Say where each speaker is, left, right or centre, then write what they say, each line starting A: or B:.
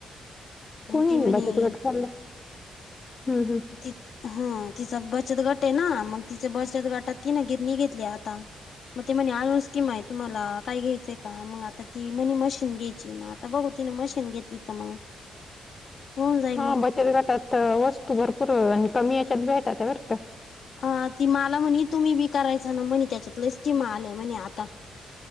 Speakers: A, on the left; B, on the left.
A: कोणी
B: ती म्हणे
A: बच तु काट खला हम्म हम्म.
B: ति हा तिचा बचत गट आहे ना मग तिच्या बचत गटात ती ना घे निघेतली आता मग ते म्हणे अजून स्कीम आहे तुम्हाला काय घ्यायचंय का मग आता ती म्हणे मशीन घ्यायची मग बघ होती ना मशीन घेतली तर मग
A: <unintelligible>
B: होऊन जाईल
A: हा
B: मग
A: बचत गटात वस्तू भरपूर आणि कमी याच्यात भेटतात बर का?
B: हा ती मला म्हणे तुम्ही बी करायचा ना म्हणे त्याच्यातलेच किमा आलेय म्हणे आता